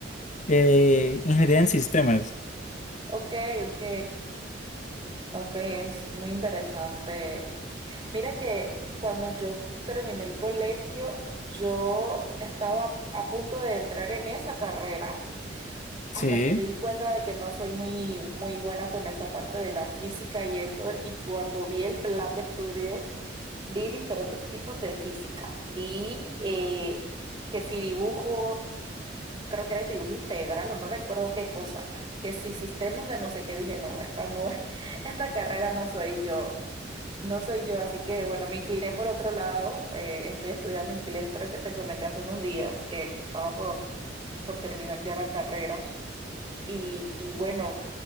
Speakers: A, on the left; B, on the right.
A: Eh, ingeniería en sistemas.
B: Ok, ok, ok, es muy interesante Mira que cuando yo terminé el colegio, yo estaba a punto de entrar en esa carrera
A: Sí,
B: hasta que me di cuenta de que no soy muy, muy buena con esa parte de la física y eso. Y cuando vi el plan de estudios, vi diferentes tipos de física. Vi eh, que si dibujo, creo que era de dibujo integral o no recuerdo qué cosa, que si sistemas de no sé qué, dije, no, esta no es, <laughs> esta carrera no soy yo, no soy yo, así que bueno, me incliné por otro lado, eh, estoy estudiando inglés, creo que te comenté hace unos días que, que estaba por, por terminar ya la carrera y, y bueno.